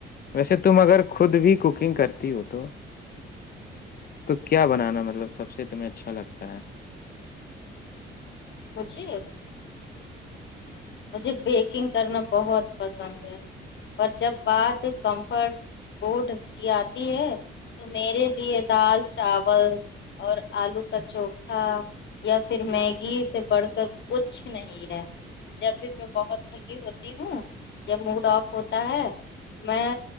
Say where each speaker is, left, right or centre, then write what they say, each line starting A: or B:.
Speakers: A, on the left; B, on the left.
A: ویسے تم اگر خود بھی کوکنگ کرتی ہو تو تو کیا بنانا مطلب سب سے تمہیں اچھا لگتا ہے
B: مجھے مجھے بیکنگ کرنا بہت پسند ہے پر جب بات کمفرٹ بہت شکریہ اتی ہے تو میرے لیے دال چاول اور الو کا چوتھا یا پھر میں گھی سے بڑھ کر کچھ نہیں ہے جب بھی میں بہت تھکی ہوتی ہوں یا موڈ اف ہوتا ہے میں